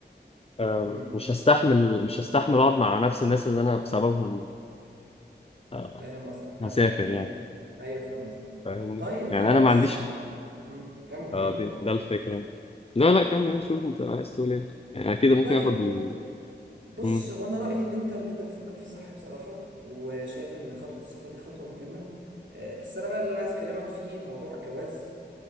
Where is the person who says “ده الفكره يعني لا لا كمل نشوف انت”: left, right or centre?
Left